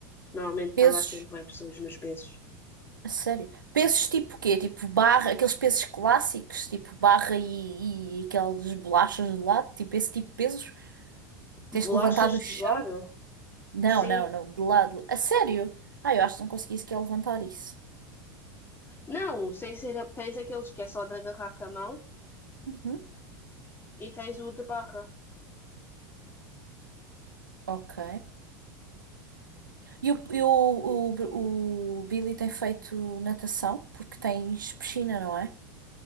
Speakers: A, on the left; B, on the right.
A: Normalmente está
B: Pesos.
A: lá sempre é pessoas nos pesos.
B: A sério? Pesos tipo quê? Tipo barra, aqueles pesos clássicos, tipo barra e, e aqueles bolachas de lado, tipo esse tipo de pesos? Tens
A: Bolachas
B: que levantar do chão?
A: de gelado?
B: Não,
A: Sim.
B: não, não, de lado. A sério? Ah, eu acho que não consegui sequer levantar isso.
A: Não, sem ser. a- Tens aqueles que é só de agarrar com a mão
B: Uhum.
A: e tens o de barra.
B: Ok. E, o, e o, o, o Billy tem feito natação, porque tens piscina, não é?